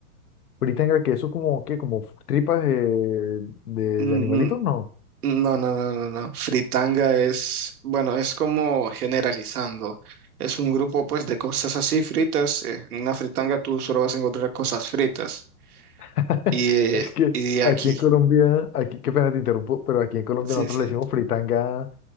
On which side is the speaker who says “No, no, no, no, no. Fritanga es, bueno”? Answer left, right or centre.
Right